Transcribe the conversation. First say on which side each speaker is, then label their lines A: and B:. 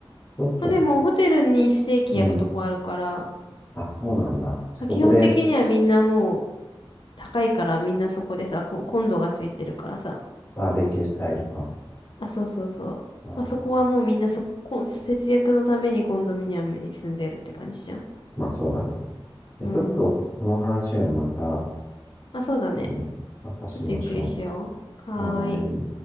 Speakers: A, on the left; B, on the left.
A: ちょっと、
B: まあでもホテルにステーキ焼くとこあるから、
A: うん。あ、そうなんだ。じゃあそこで
B: まあ基本的にはみんなもう高いからみんなそこでさ、こ、コンドがついてるからさ。
A: バーベキュースタイルか。
B: あ、そうそうそう。
A: うん、
B: まあ、そこはもうみんなそこ、節約のためにコンドミニアムに住んでるって感じじゃん。
A: まあそうだね。でちょっと、
B: うん。
A: この話はまた、
B: まあ、そうだね。
A: ね、またしましょ
B: ちょっとゆっくりしよう。はーい。
A: う。はーい。